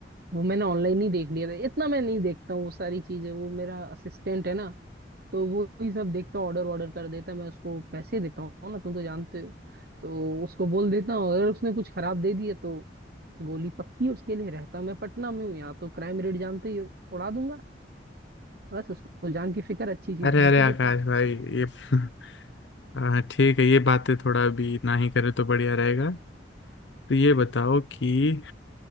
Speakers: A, on the right (about 60°); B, on the left (about 85°).
A: वो मैंने ऑनलाइन ही देख लिया था इतना मैं नहीं देखता हूँ वो सारी चीजें वो मेरा असिस्टेंट है ना तो वो ही सब देखता हूँ ऑर्डर ऑर्डर कर देता है मैं उसको पैसे देता हूँ ना तुम तो जानते हो तो उसको बोल देता हूँ अगर उसने कुछ खराब दे दिया तो गोली पक्की है उसके लिए रहता मैं पटना में हूँ यहाँ तो क्राइम रेट जानते ही हो, उड़ा दूंगा बस उसको जान की फिक्र अच्छी चीज
B: अरे
A: ढूंढ
B: अरे
A: के
B: आकाश
A: देता है
B: भाई ये <laughs> हाँ ठीक है ये बातें थोड़ा अभी ना ही करे तो बढ़िया रहेगा तो ये बताओ कि